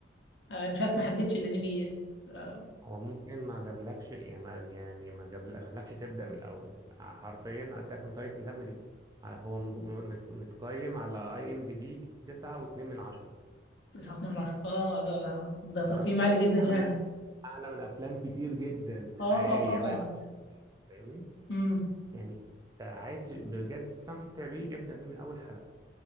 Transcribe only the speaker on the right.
هو ممكن ما جابلكش يعني ما يعني ما جابلكش تبدأ من الأول حرفيا أتاك أون تايتن ده من على هو م- م- مت- متقيم على أي إم دي بي تسعة واتنين من عشرة
تمام
أعلى
من أعلى من أفلام كتير جدا حقيقية
لايف أكشن كتير فاهمني
يعني أنت عايز بجد تستمتع بيه ابدأ بيه من أول حلقة